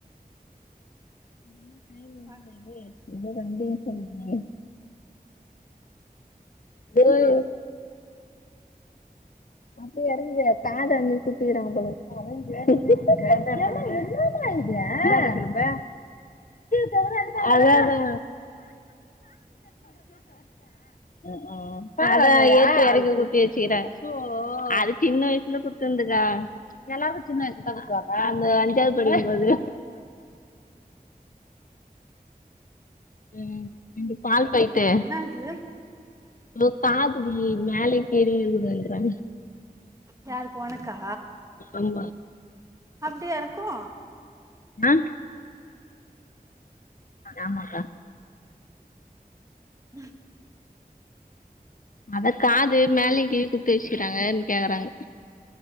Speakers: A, on the left (about 60°); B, on the right (about 20°).
A: ஊரே
B: ப
A: ஏ இன்னு ரெண்டு வருசம் இருக்குங்க விரே அப்டியே இறங்கி காது அங்கயே குத்திகிறாங்க பொலக்குது இன்னா டா இது இந்தாண்ட திரும்பு அதாஅதா உகும் பார ஏத்தி இறக்கி குத்தி வச்சக்கிறே அது சின்ன வயசுல குத்துந்துக்கா எல்லா சின்ன வயசுல குத்துவாங்க அந்த அஞ்சாது படிக்கும் போது ம் ரெண்டு பால் பால்பாய்ட்டு
B: என்னாது
A: தோ காதுடி மேலயு கிழயு இருக்குசைசா
B: யாருக் ஒனக்கா
A: ஆமா
B: அப்டியா இருக்கோ
A: அ ஆமாக்கா
B: ம்
A: அத காது மேலயும் கீழயும் குத்தி வச்சுக்கிறாங்கன்னு கேக்கறாங்க